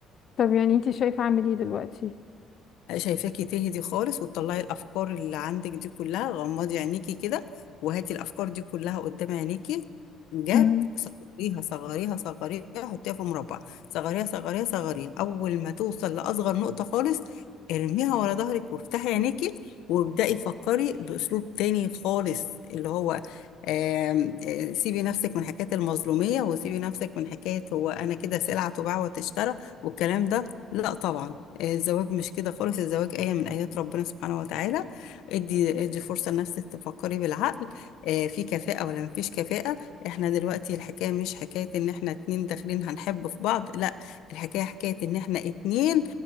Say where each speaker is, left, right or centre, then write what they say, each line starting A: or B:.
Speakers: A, on the left; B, on the left.
A: طب يعني انت شايفة اعمل ايه دلوقتي
B: شايفاكي تهدي خالص وتطلعي الافكار اللي عندك دي كلها غمضي عينيكي كده وهاتي الافكار دي كلها قدام عينيكي جت
A: امم
B: صغريها صغريها صغريها حطيها في مربع صغريها صغريها صغريها اول ما توصل لاصغر نقطة خالص ارميها ورا ظهرك وافتحي عينيكي وابدأي فكري باسلوب تاني خالص اللي هو آم، آه، سيبي نفسك من حكاية المظلومية وسيبي نفسك من حكاية هو أنا كده سلعة تباع وتشترى والكلام ده لا طبعا الزواج مش كده خالص الزواج آية من آيات ربنا سبحانه وتعالى ادي ادي فرصة لنفسك تفكري بالعقل آه، في كفاءة ولا مفيش كفاءة احنا دلوقتي الحكاية مش حكاية ان احنا اتنين داخلين هنحب في بعض لا الحكاية حكاية ان احنا اتنين